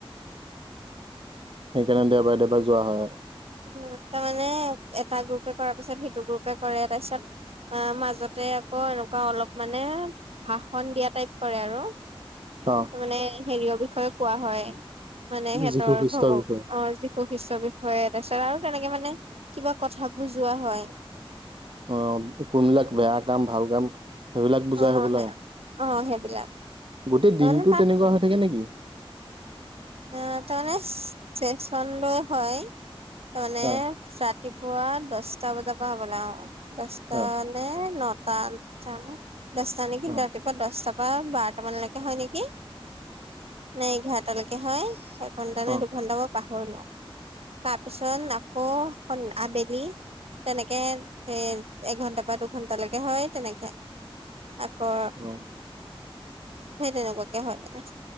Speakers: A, on the right; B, on the right.
A: সেইকাৰণে দেওবাৰে- দেওবাৰে যোৱা হয় আৰু।
B: উম তাৰমানে এটা গ্ৰুপে কৰাৰ পিছত সেইটো গ্ৰুপে কৰে তাৰ পিছত। অ' মাজতে আকৌ এনেকুৱা অলপ মানে ভাষন দিয়া টাইপ কৰে আৰু তাৰমানে
A: অ
B: মানে হেৰিয়ৰ বিষয়ে কোৱা হয়। মানে সিহঁতৰ
A: যীশু খ্ৰীষ্টৰ
B: ভগৱ
A: বিষয়ে
B: অ বৈশিষ্ট্য বিষয়ে তাৰপিছত আৰু তেনেকে মানে কিবা কথা বুজোৱা হয়।
A: অ' কোনবিলাক বেয়া কাম ভাল কাম সেইবিলাক বুজাই
B: অ',
A: হবলা
B: অ', সেইবিলাক
A: গোটেই
B: তাৰমানে
A: দিনটো
B: তাত
A: তেনেকুৱা হৈ থাকে নেকি
B: অ তামানে চেক্সন লৈ হয় তামানে
A: অ
B: ছাতিপুৱা দছটা বজা পৰা হ'ব লা অ দছটা
A: অ
B: নে নটাত জানো দছটা নেকি
A: অ
B: ৰাতিপ ক দছটা পা বাৰটা মানলেকে হয় নেকি নে এঘাৰটালৈকে হয় ঘণ্টা নে
A: অ অ
B: দুঘন্টা মই পাহৰিলো তাৰপিছত আকৌ আবেলি তেনেকে এ এঘন্টা বা দুঘণ্টা লেকে হয় তেনেকে আকৌ
A: অ অ
B: সেই তেনেকুৱাকে হয় মানে